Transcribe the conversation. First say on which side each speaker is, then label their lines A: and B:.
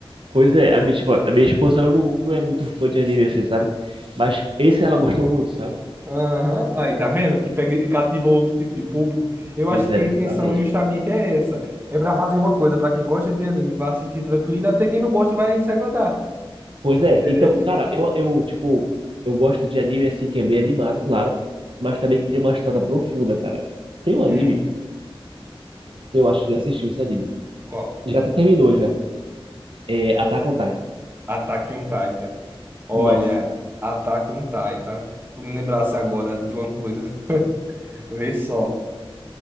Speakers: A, on the right; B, on the right.
A: Pois é, a minha, tipo, a minha esposa ela não, não é muito fã de anime assim, sabe? Mas esse ela gostou muito, sabe?
B: Aham, Aí, tá vendo? Que pega, cativa outro tipo de público. Eu acho
A: Pois
B: que
A: é,
B: a
A: exatamente.
B: intenção justamente é essa. É pra fazer uma coisa pra quem gosta de anime, vai assistir tranquilo, até quem não gosta vai se agradar.
A: Pois é,
B: Entendeu?
A: então, cara, eu, eu, tipo, eu gosto de anime assim que é bem animado, claro, mas também que tem uma história profunda, cara. Tem um anime,
B: Hum,
A: eu acho que já assistiu esse anime.
B: qual?
A: Já até terminou já. É Attack on Titan.
B: Ataque um Titan. Olha,
A: Nossa.
B: Ataque um Titan. Tu me lembrasse agora de uma coisa. <laughs> Vê só.